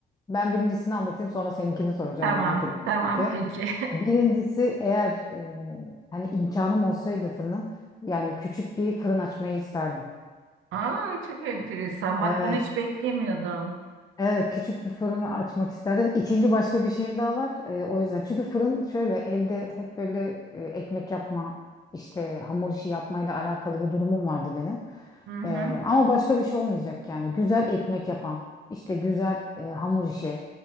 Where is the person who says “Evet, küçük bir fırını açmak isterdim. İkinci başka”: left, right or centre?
Left